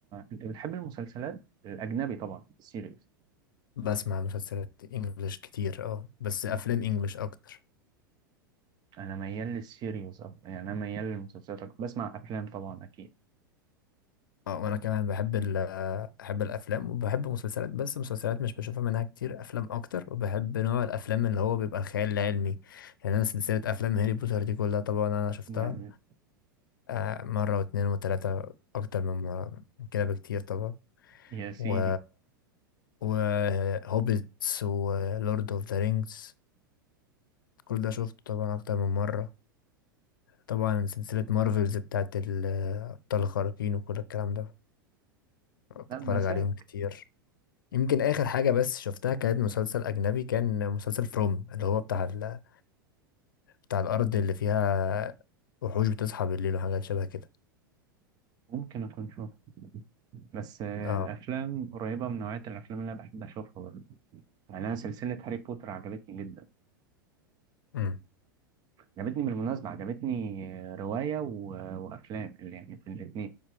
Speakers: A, on the right (about 35°); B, on the left (about 70°).
A: أنت بتحب المسلسلات الأجنبي طبعا السيريز
B: بسمع مسلسلات انجلش كتير اه بس افلام انجلش اكتر
A: انا ميال للسيريوس اكتر يعني انا ميال للمسلسلات اكتر بسمع افلام طبعا اكيد
B: اه وانا كمان بحب ال بحب الافلام وبحب مسلسلات بس مسلسلات مش بشوفها منها كتير افلام اكتر وبحب نوع الافلام اللي هو بيبقى الخيال العلمي يعني انا سلسله افلام هاري بوتر دي كلها طبعا انا شفتها
A: ما-
B: آه، مره واتنين وتلاته اكتر من مره من كده بكتير طبعا
A: يا سيدي
B: و وهوبيتس ولورد اوف ذا رينجز كل ده شفته طبعا اكتر من مره طبعا سلسلة مارفلز بتاعت الأبطال الخارقين وكل الكلام ده
A: لا
B: بتفرج
A: مزاج
B: عليهم كتير يمكن آخر حاجة بس شفتها كانت مسلسل أجنبي كان مسلسل فروم اللي هو بتاع ال... بتاع الأرض اللي فيها وحوش بتصحى بالليل وحاجات شبه كده
A: ممكن اكون شوف بس آه،
B: اه
A: الافلام قريبه من نوعيه الافلام اللي انا بحب اشوفها برضه يعني انا سلسله هاري بوتر عجبتني جدا
B: امم
A: عجبتني بالمناسبه عجبتني آه، روايه و... وافلام اللي يعني في الاثنين